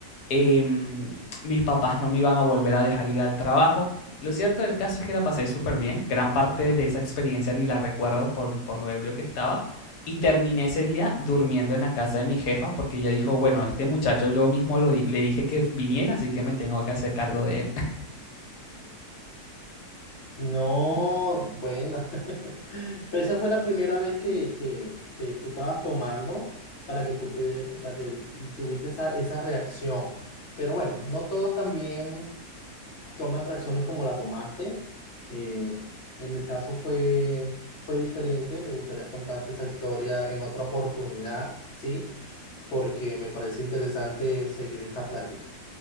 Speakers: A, on the left (about 85°); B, on the left (about 55°).
A: eh, mis papás no me iban a volver a dejar ir al trabajo. Lo cierto del caso es que la pasé súper bien. Gran parte de esa experiencia ni la recuerdo por, por lo ebrio que estaba. Y terminé ese día durmiendo en la casa de mi jefa porque ella dijo, bueno, este muchacho yo mismo lo di- le dije que viniera, así que me tengo que hacer cargo de él.
B: No, bueno, <laughs> pero esa fue la primera vez que, que, que tú estabas tomando para que tú pudi- para que tuviste esa, esa reacción. Pero bueno, no todos también toman reacciones como la tomaste. Eh, en mi caso fue, fue diferente. Me gustaría contarte esa historia en otra oportunidad, ¿sí? Porque me parece interesante seguir esta plática.